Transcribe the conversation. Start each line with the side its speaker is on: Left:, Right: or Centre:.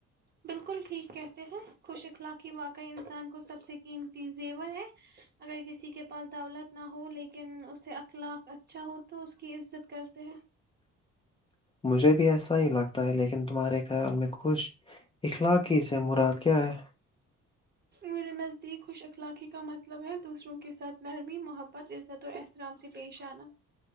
Right: بالکل ٹھیک کہتے ہیں خوش اخلاقی واقعہ انسان کو سب سے قیمتی زیور ہے اگر کسی کے پاس دولت نہ ہو لیکن اس سے اخلاق اچھا ہو تو اس کی عزت کرتے ہیں
Left: مجھے بھی ایسا ہی لگتا ہے لیکن تمہارے خیال میں خوش اخلاقی سے مراد کیا ہے
Right: میرے نزدیک خوش اخلاقی کا مطلب ہے دوسروں کے ساتھ نرمی محبت عزت اور احترام سے پیش آنا